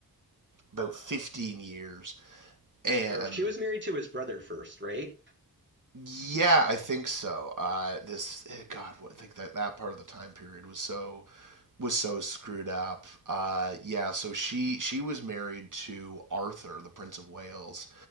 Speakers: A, on the right (about 55°); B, on the right (about 30°).
A: about fifteen years, and
B: Oh, she was married to his brother first, right?
A: Yeah, I think so. Uh, this eh, God, what, I think that that part of the time period was so was so screwed up. Uh, yeah, so she she was married to Arthur, the Prince of Wales,